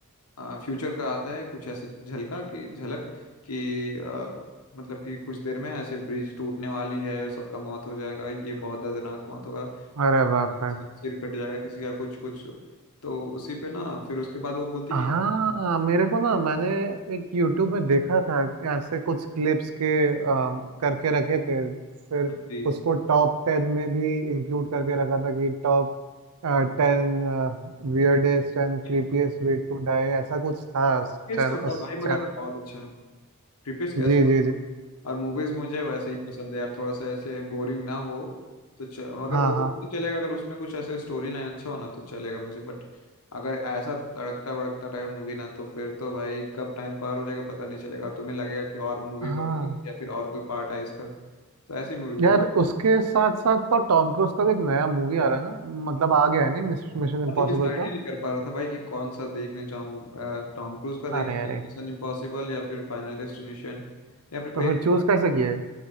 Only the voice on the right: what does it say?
अरे बाप
रे
हाँ
मेरे को ना मैंने एक YouTube में देखा था ऐसे कुछ क्लिप्स के अम, करके रखे थे फिर
उसको टॉप टेन में भी इंक्लूड करके रखा था कि top ten weirdest and
creepiest way to die ऐसा कुछ था उस चैनल
उस
चैनल
जी जी जी
हाँ
हाँ
हाँ
यार उसके साथ साथ तो टॉम क्रूज का भी एक नया मूवी आ रहा है ना मतलब आ गया है नहीं मिशन इम्पॉसिबल
का
अरे
अरे
तो
फिर चूज कैसे किए